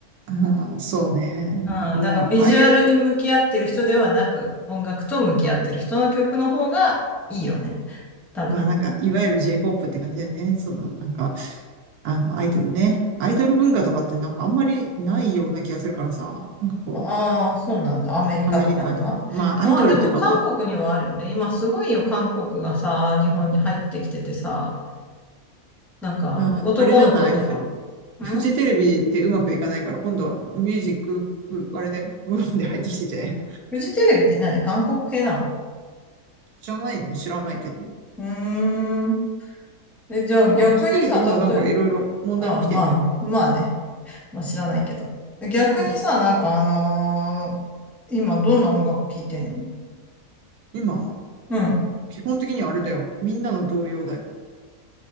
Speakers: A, on the right (about 85°); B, in the centre.
A: ああ、そうね。
B: うん、
A: なんかもう、
B: なんかビジュアルに向き合ってる人ではなく、
A: ああいう、
B: 音楽と向き合ってる人の曲の方がいいよね。多分。
A: まあなんか、いわゆる J-POP って感じだよね。その、なんか、あの、アイドルね。アイドル文化とかってなんかあんまりないような気がするからさ。なんかこう、
B: ああ、そうなんだ。アメリカとかには。
A: アメリカに。まあ、
B: まあ、
A: アイドルっていうか、
B: でも韓国にはあるよね。
A: まあ、
B: 今すごいよ、韓国がさ、日本に入ってきててさ、なんか男の子とかも。
A: ああれじゃないフ、フジテレビでうまくいかないから、
B: ん
A: 今度はミュージック部、あれで、部門で入ってきてじゃない
B: フジテレビって何韓国系なの
A: じゃないの知らないけど。なん
B: うーん。え、じゃあ逆にさ、
A: かフジテレビ今なんかいろいろ問題起きてんだよね。
B: 例えば、あ、まあ、まあね。まあ知らないけど。逆にさ、
A: うん。
B: なんかあのー今どんな音楽聴いてんの
A: 今、
B: うん。
A: 基本的にはあれだよ。みんなの動揺だよ。